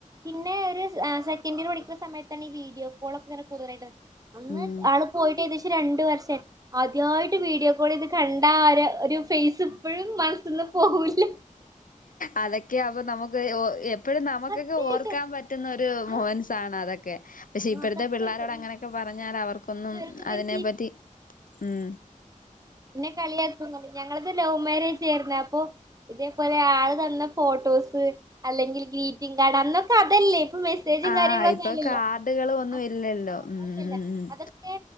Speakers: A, on the right; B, on the left.
A: പിന്നെ ഒരു സെക്കൻഡ് ഇയറ് പടിക്കുന്ന സമയത്താണ് ഈ വീഡിയോ കോളോക്ക ഇങ്ങനെ കൂടുതലായത് അന്ന്
B: ഉം
A: ആള് പോയിട്ട് ഏകദേശം രണ്ട വർഷം ആദ്യായിട്ട് വീഡിയോ കോൾ ഇത് കണ്ട ആര ഒരു ഫേസ് ഇപ്പോഴും മനസ്സിൽന്നും പോകൂല്ല
B: അതൊക്കെ അപ്പൊ നമുക്ക് ഓ എപ്പോഴും നമുക്കൊക്കെ
A: സത്യായിട്ടും
B: ഓർക്കാൻ പറ്റുന്ന ഓ ത്
A: ആഹ്
B: മൊമെന്സാണ് അതൊക്കെ പക്ഷെ ഇപ്പോഴത്തെ
A: ആഹ് സത്യായിട്ടും
B: പിള്ളാരരോട് അങ്ങനൊക്കെ പറഞ്ഞാൽ അവർക്ക് ഒന്നും
A: ഇവർക്കൊക്കെ
B: അതിനെ
A: ഒരു
B: പറ്റി ഉമ്
A: പിന്നെ കളിയാക്കും ഞങ്ങളത് ലൗമാരി ചേർന്ന അപ്പൊ ഇതേപോലെ ആള് തന്ന ഫോട്ടോസ് അല്ലെങ്കിൽ ഗ്രീറ്റിംഗ കാർഡ് അന്നൊക്കെ അതല്ലേ ഇപ്പൊ സേജും
B: ആ
A: കാര്യങ്ങളൊക്കെ
B: ഇപ്പൊ
A: അല്ലല്ലോ
B: കാർഡുകൾ ഒന്നും
A: ആ
B: ഇല്ലല്ലോ ഉം
A: അല്ലല്ല
B: ഉം ഉം
A: അതൊക്കെ